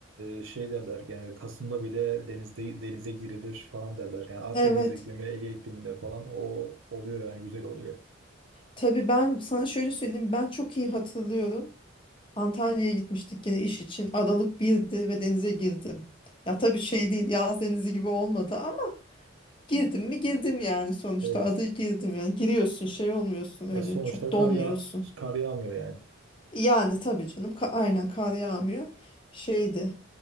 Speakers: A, on the right; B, on the left.
A: e, şey derler yani Kasım'da bile denizde denize girilir falan derler. Yani Akdeniz
B: Evet.
A: iklimi, Ege ikliminde falan o oluyor yani güzel oluyor.
B: Tabii ben sana şöyle söyleyeyim ben çok iyi hatırlıyorum. Antalya'ya gitmiştik yine iş için. Aralık birdi ve denize girdim. Ya tabii şey değil yaz denizi gibi olmadı ama girdim mi girdim yani sonuçta
A: Evet.
B: adı girdim yani giriyorsun şey olmuyorsun öyle
A: Ya sonuçta
B: çok
A: kar
B: donmuyorsun.
A: yağ kar yağmıyor yani.
B: Yani tabii canım ka- aynen kar yağmıyor şeydi